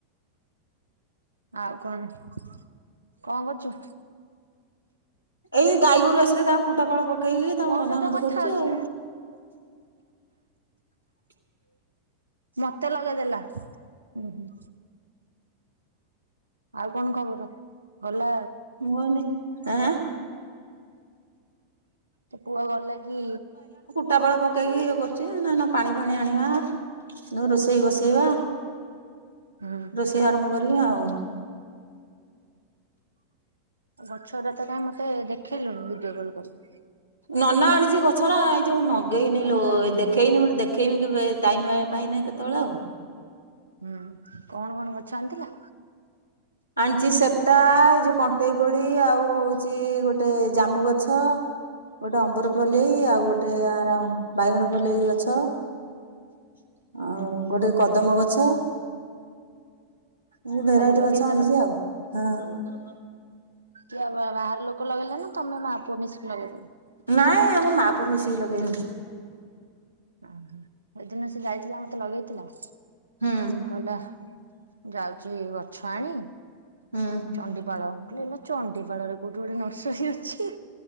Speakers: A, on the right (about 80°); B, on the left (about 90°).
A: ଆଉ କଣ କଣ କରୁଚୁ?
B: ଏଇ ଗାଈ ଗୋରୁ ଆସିଲେ ତାଙ୍କୁ କୁଟା ଫାଳ ପକେଇକି ତାଙ୍କୁ
A: ମୋ
B: ବନ୍ଧା
A: ସହିତ
B: ବନ୍ଧ
A: କଥା
B: କରୁଚି
A: ହଉଛି।
B: ଆଉ। <unintelligible>
A: ମତେ ଲଗେଇ ଦେଲା ଉଁ ହୁଁ। ଆଉ କଣ ଖବର? ଗଲା
B: <unintelligible> ଆଁ
A: ତୋ ପୁଅ ଗଲା କି?
B: ଟା ଫଳ ପକେଇକି ଇଏ କରୁଚି ନା ନା ପାଣି ଫାଣି ଆଣିବା। ମୁଁ ରୋଷେଇ ବସେଇବା
A: ହୁଁ
B: ରୋଷେଇ ଆରମ୍ଭ କରିମି ଆଉ।
A: ଗଛରାତ କାହିଁ ମତେ ଦେଖେଇଲୁନୁ ଭିଡିଓ କଲ କରିିକି।
B: ନନା ଆଣିଛି ଗଛରା ଏଇ ଯୋଉ ନଗେଇନି ଲୋ ଏ ଦେଖେଇନି ମୁଁ ଦେଖେଇମି କେବେ ଟାଇମ ପାଇନେ କେ ତଳେ ଆଉ।
A: ହୁଁ କଣ କଣ ଗଛ ଆଣିଥିଲ?
B: ଆଣିଚି ସେପ୍ଟା ଏଇ ଯୋଉ କଣ୍ଟେଇକୋଳି ଆଉ ହଉଛି ଗୋଟେ ଜାମୁ ଗଛ ଗୋଟେ ଅମ୍ବର ପଲେଇ ଆଉ ଗୋଟେ ଆର ବାଇଗଣ ପଲେଇ ଗଛ। ଅଡିଓ ଶୁଭୁନି। ଆଉ
A: ଓହୋ
B: ଗୋଟେ କଦମ୍ବଗଛ, ମୁଁ ଭେରାଇଟି
A: ସବୁ ଲଗେଇ
B: ଗ ଗଛ
A: ସାରିଲ
B: ଆଣିଛି ଆଉ, ହଁ।
A: କିଏ ଆଉ ବାହାର ଲୋକ ଲଗେଇଲେ ନା ତମେ ମା ପୁଅ ମିଶିକି ଲଗେଇଦେଲ।
B: ନାଇଁ ଆମେ ମା ପୁଅ ମିଶିକି ଲଗେଇନୁ।
A: ଓହୋ ଏଦିନ ସେ ଯାଇଥିଲା ମତେ ଲଗେଇଥିଲା?
B: ହୁଁ।
A: କହିଲା ଯାଉଛି ଗଛ ଆଣି
B: ହୁଁ।
A: ଚଣ୍ଡିପାଳ, ମୁଁ କହିଲି ଇଲୋ ଚଣ୍ଡି ପାଳରେ କୋଉଠି ଗୋଟେ ନର୍ସରୀ ଅଛି।